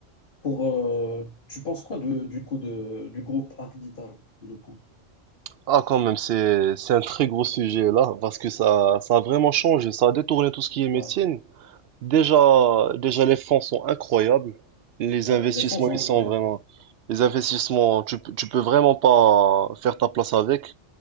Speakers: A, on the left (about 40°); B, on the right (about 60°).
A: Pour, euh, tu penses quoi de, du coup de, du groupe Acdital, le coup?
B: Ah, quand même, c'est, c'est un très gros sujet là, parce que ça, ça a vraiment changé, ça a détourné tout ce qui est médecine.
A: Ouais,
B: Déjà, déjà les fonds sont incroyables, les
A: ouais,
B: investissements,
A: les fonds sont
B: ils
A: incroyables.
B: sont vraiment... Les investissements, tu, peux- tu peux vraiment pas faire ta place avec,